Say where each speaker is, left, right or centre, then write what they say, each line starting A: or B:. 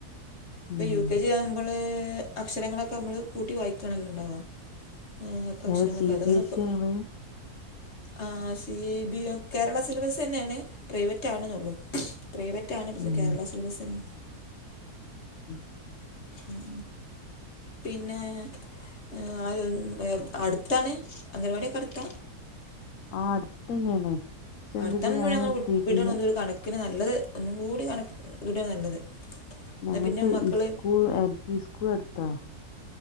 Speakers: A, on the left (about 45°); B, on the left (about 65°).
A: ഇപ്പൊ
B: ഉം
A: യു കെ ജി ആവുമ്പള് അക്ഷരങ്ങളൊക്കെ നമ്മള് കൂട്ടി വായിക്കാണല്ലോ ഇണ്ടാവ ആ അപ്പൊ അക്ഷരങ്ങളൊക്കെ
B: ഏതാ സി
A: അതൊന്നുപ്പൊ
B: ബി എസ് ഇ ആങ്ങള്
A: ആ സി ബി കേരള സിലബസ് തന്നെയാണ് പ്രൈവറ്റ് ആണ്ന്നൊള്ളു പ്രൈവറ്റ് ആണ് പക്ഷേ
B: ഉം
A: കേരള സിലബസന്നെ
B: ഉം
A: ഉം പിന്നെ ഏ ആ <unintelligible> അട്ത്താണ് അംഗനവാടിയൊക്കെ അട്ത്താ
B: ആ അടുത്തന്നെയാണ് പക്ഷെ എന്താച്ചാ
A: അടുത്താണെ പിന്നെ
B: ഞാൻ
A: ഞങ്ങള് വിട്
B: തിബിയ
A: വിട് ആണ് ഒന്ന് ഒരു കണ ക്കിന് നല്ലത് ഒന്നും കൂടി കണ വിടാ നല്ലത് എന്നാൽ
B: ഞങ്ങക്ക്
A: പിന്നെ മക്കള്
B: ഇസ്കൂൾ എൽ പി സ്കൂൾ അട്ത്താ